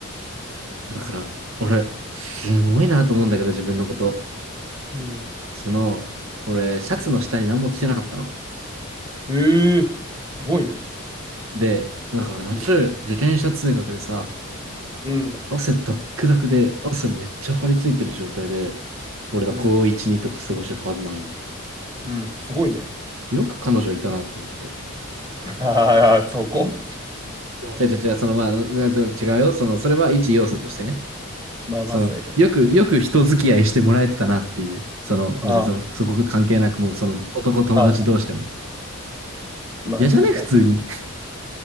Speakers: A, on the right (about 75°); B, on the right (about 20°).
A: だから、俺、すごいなと思うんだけど、自分のこと。
B: うん。
A: その、俺、シャツの下に何も着てなかったの。
B: ええー、すごいね。
A: で、だから夏、
B: いいよ
A: 自転車通学でさ、
B: うん、
A: 汗ダックダクで、汗めっちゃ張り付いてる状態で、俺ら高1、
B: うん、
A: 2とか過ごしてたはずないよ。
B: うん、すごいね。
A: よく彼女いたなと思って。
B: <laughs> ああ、そこ
A: いや、違う違う違う、そのまあ、違う違うよ。その、それは一要素としてね。
B: まあまあ、
A: その、
B: そうやけど。
A: よく、よく人付き合いしてもらえてたなっていう。その、別にその、
B: ああ、
A: そこが関係なくもう、その、男友達同士でも。
B: まあまあまあね、
A: 嫌じゃね普通に。
B: 言いたいこと。